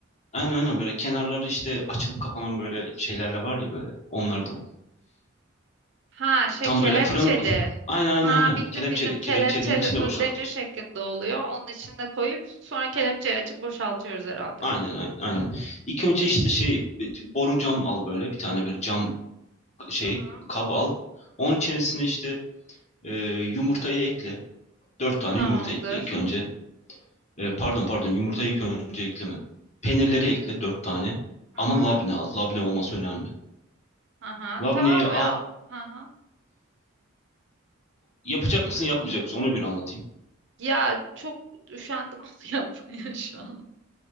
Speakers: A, on the left; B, on the right.
A: Aynen aynen böyle kenarları işte açılıp kapanan böyle şeylerle var ya böyle onlardan.
B: Ha şey
A: Tam
B: kelepçeli.
A: böyle fırın aynen aynen
B: Ha
A: aynen
B: bildim
A: kelepçeli
B: bildim kelepçeli
A: kelepçeliğin içine
B: böyle
A: boşaltıyorsun.
B: demir şeklinde oluyor. Onun içinde koyup sonra kelepçeyi açıp boşaltıyoruz herhalde.
A: Aynen aynen. aynen. İlk önce işte şey boru cam al böyle bir tane böyle cam şey
B: Hı hı.
A: kap al. Onun içerisine işte e, yumurtayı ekle. Dört tane
B: Tamamdır.
A: yumurta ekle ilk önce. E, pardon pardon yumurtayı ilk önce ekleme. Peynirleri ekle dört tane.
B: Hı
A: Ama
B: hı.
A: labne al. Labne olması önemli.
B: Aha
A: Labneyi
B: tamam
A: al.
B: ya. Aha.
A: Yapacak mısın yapmayacak mısın ona göre anlatayım.
B: Ya çok üşendim <laughs> onu yapmaya şu an.